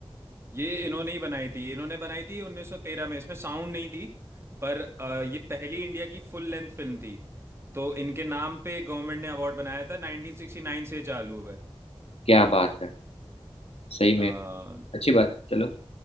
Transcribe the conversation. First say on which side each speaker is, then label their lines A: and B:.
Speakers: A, on the right (about 25°); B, on the left (about 80°).
A: ये इन्होंने ही बनाई थी इन्होंने बनाई थी 1913 में इसमें साउंड नहीं थी पर अ, ये पहली इंडिया की फुल लेंथ फिल्म थी तो इनके नाम पे गवर्नमेंट ने अवार्ड बनाया था 1969 से चालू है
B: क्या बात है सही
A: अ,
B: में अच्छी बात है चलो